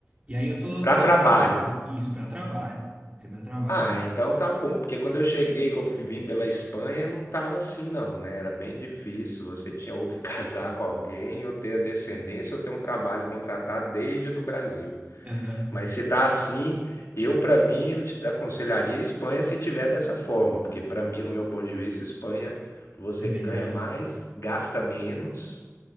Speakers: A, on the right; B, on the left.
A: E aí eu tô,
B: para
A: tô,
B: trabalho,
A: tá, assim, isso, para trabalho. Tem que ser para trabalho.
B: Ah, então tá bom, porque quando eu cheguei, que eu fi- vim pela Espanha, não tava assim não, né? Era bem difícil, você tinha ou que <laughs> casar com alguém, ou ter a descendência, ou ter um trabalho contratado desde o do Brasil.
A: Aham,
B: Mas se tá assim, eu para mim, eu te aconselharia a Espanha se tiver dessa forma, porque para mim, no meu ponto de vista, Espanha você
A: é melhor,
B: ganha
A: né?
B: mais, gasta menos